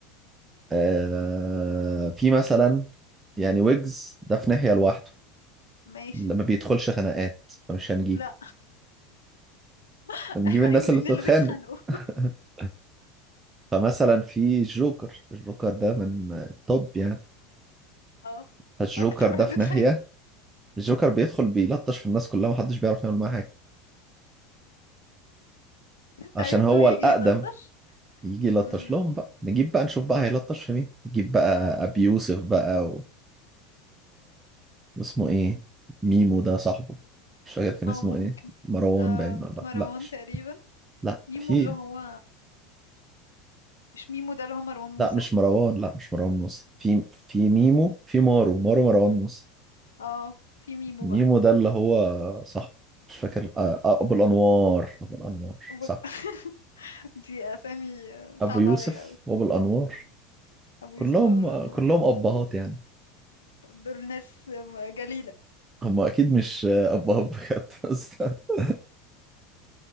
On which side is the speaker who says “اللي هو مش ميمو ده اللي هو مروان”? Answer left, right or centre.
Left